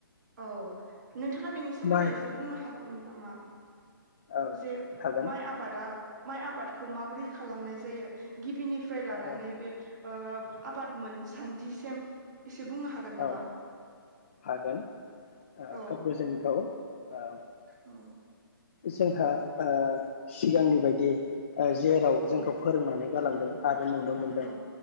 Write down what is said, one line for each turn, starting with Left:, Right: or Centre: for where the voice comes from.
Right: औ नोंथाङा बेनि सोमोन्दै
Left: माइ
Right: एसे बुंनो हागोन नामा?
Left: औ
Right: जे
Left: हागोन
Right: माइ आबादा माइ आबादखौ माबोरै खालामनाय जायो गिबिनिफ्राय लानानै
Left: औ
Right: बे आबाद मोनसान्दिसिम एसे बुंनो हागोन नामा?
Left: औ हागोन
Right: औ
Left: खोब गोजोनथाव औ औ
Right: औ
Left: जोंहा ओ सिगांनि बायदि ओ जेराव
Right: औ
Left: जोंखौ फोरोंनानै गालांदों आरो नुनो मोनदों
Right: औ